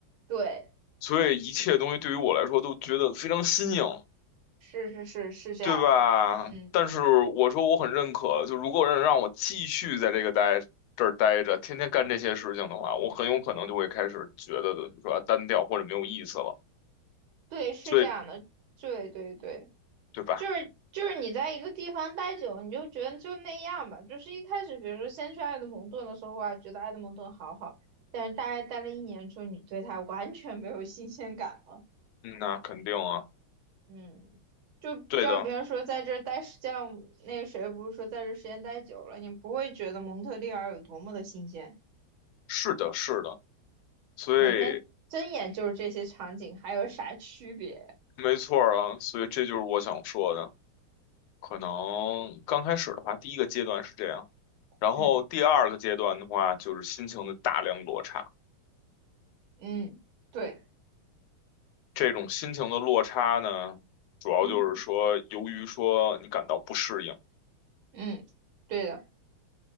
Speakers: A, on the right (about 75°); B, on the left (about 85°).
A: 对，
B: 所以一切东西对于我来说都觉得非常新颖。
A: 是是是是这样的，
B: 对吧？
A: 嗯，
B: 但是我说我很认可，就如果让让我继续在这个待这儿待着，天天干这些事情的话，我很有可能就会开始觉得的是吧，单调或者没有意思了。
A: 对，是这样的，
B: 所以，
A: 对对对。
B: 对吧？
A: 就是就是你在一个地方待久，你就觉得就那样吧。就是一开始，比如说先去埃德蒙顿的时候啊，觉得埃德蒙顿好好，但是大概待了一年之后，你对它完全没有新鲜感了。
B: 嗯，那肯定啊，
A: 嗯，就就像别人说在这儿待时间，
B: 对的，
A: 那个谁不是说在这儿时间待久了，你不会觉得蒙特利尔有多么的新鲜，
B: 是的，是的。所以，
A: 每天睁眼就是这些场景，还有啥区别？
B: 没错儿啊，所以这就是我想说的。可能刚开始的话，第一个阶段是这样，然后第二个阶段的话，
A: 嗯
B: 就是心情的大量落差。
A: 嗯，对，
B: 这种心情的落差呢，主要就是说，
A: 嗯
B: 由于说你感到不适应，
A: 嗯，对的，